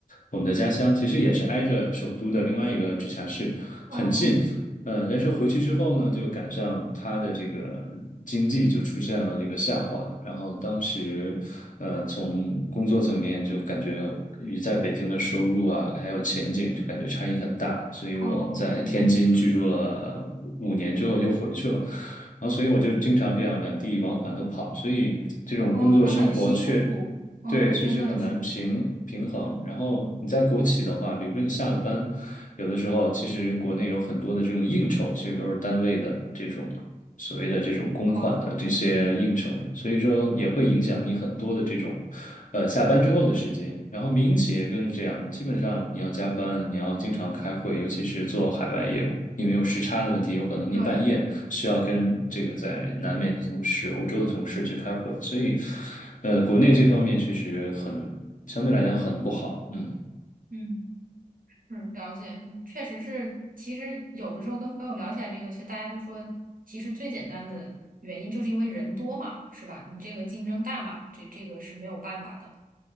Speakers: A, on the left; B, on the right.
A: 我们的家乡，其实也是挨着首都的另外一个直辖市，
B: 哦
A: 很近。嗯，但是回去之后呢，就赶上他的这个经济就出现了这个下滑，然后当时，呃，从工作层面就感觉与在北京的收入啊，还有前景就感觉差异很大，所以我在天津居住了五年之后又回去了，
B: 哦
A: 然后所以我就经常这样两地往返的跑，所以这种工作生活确
B: 哦，那很辛苦，哦，
A: 对，
B: 那真的很辛苦，
A: 确实很难平平衡。
B: 嗯，
A: 然后你在国企的话，比如说你下了班，有的时候，其实国内有很多的这种应酬，其实都是单位的这种所谓的这种公款的这些应酬，
B: 哦，
A: 所以说也会影响你很多的这种，呃，下班之后的时间。然后民营企业更是这样，基本上你要加班，你要经常开会，尤其是做海外业务，因为有时差的问题，有可能你半夜需要跟这个在南美的同事、
B: 对对，
A: 欧洲的同事去开会，所以，呃，国内这方面确实很，相对来讲很不好，嗯。
B: 嗯，是了解，确实是，其实有的时候跟朋友聊起来这个，其实大家就说，其实最简单的原因就是因为人多嘛，是吧？你这个竞争大嘛，这这个是没有办法的，